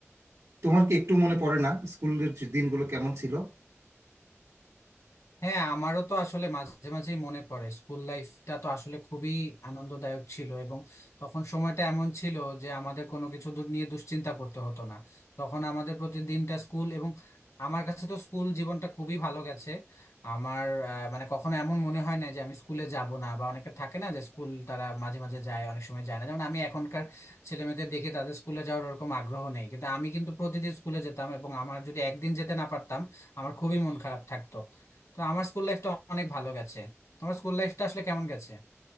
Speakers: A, on the right; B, on the left.
A: তোমার কি একটু মনে পড়ে না স্কুলের যে দিনগুলো কেমন ছিল
B: হ্যাঁ আমারও তো আসলে মাঝে মাঝেই মনে পড়ে স্কুল লাইফটা তো আসলে খুবই আনন্দদায়ক ছিল এবং তখন সময়টা এমন ছিল যে আমাদের কোনো কিছু দূর নিয়ে দুশ্চিন্তা করতে হতো না তখন আমাদের প্রতিদিনটা স্কুল এবং আমার কাছে তো স্কুল জীবনটা খুবই ভালো গেছে আমার আহ, মানে কখনো এমন মনে হয় না যে আমি স্কুলে যাব না বা অনেকে থাকে না যে স্কুল তারা মাঝে মাঝে যায় অনেক সময় যায় না যেমন আমি এখনকার ছেলেমেয়েদের দেখি তাদের স্কুলে যাওয়ার ওরকম আগ্রহ নেই কিন্তু আমি কিন্তু প্রতিদিন স্কুলে যেতাম এবং আমার যদি একদিন যেতে না পারতাম আমার খুবই মন খারাপ থাকতো তো আমার স্কুল লাইফটা অনেক ভালো গেছে তোমার স্কুল লাইফটা আসলে কেমন গেছে